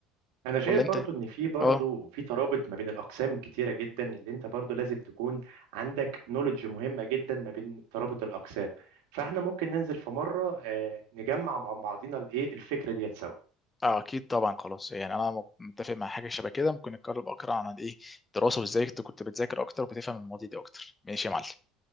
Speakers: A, on the right; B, on the left.
A: انا شايف
B: ولا انت
A: برضو ان في برضو
B: اه
A: في ترابط ما بين الاقسام كتيره جدا اللي انت برضو لازم تكون عندك نولج مهمه جدا ما بين ترابط الاقسام فاحنا ممكن ننزل في مره آه، نجمع مع بعضينا الايه الفكره ديت سوا
B: اه اكيد طبعا خلاص يعني انا متفق مع حاجة شبه كده ممكن نتكلم اكتر عن ايه الدراسة وازاي كنت كنت بتذاكر اكتر وبتفهم المواضيع دي اكتر ماشي يا معلم